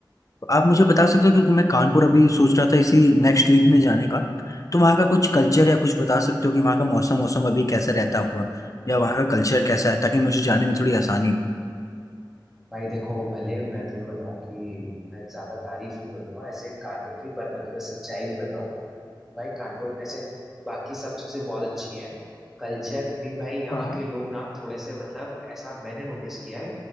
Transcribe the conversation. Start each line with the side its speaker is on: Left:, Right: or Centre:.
Left: आप मुझे बता सकते हो क्योंकि मैं कानपुर अभी सोच रहा था इसी नेक्स्ट वीक में जाने का तो वहाँ का कुछ कल्चर या कुछ बता सकते हो कि वहाँ का मौसम मौसम अभी कैसा रहता होगा या वहाँ का कल्चर कैसा है ताकि मुझे जाने में थोड़ी आसानी
Centre: भाई देखो भले मैं तुम्हें बताऊं कि मैं ज्यादा तारीफ नहीं करूंगा ऐसे कानपुर की पर मैं तुम्हें सच्चाई भी बताऊं भाई कानपुर में से बाकी सब चीजें बहुत अच्छी हैं कल्चर भी भाई यहाँ
Left: हो हाँ हाँ।
Centre: के लोग ना थोड़े से मतलब ऐसा मैंने नोटिस किया है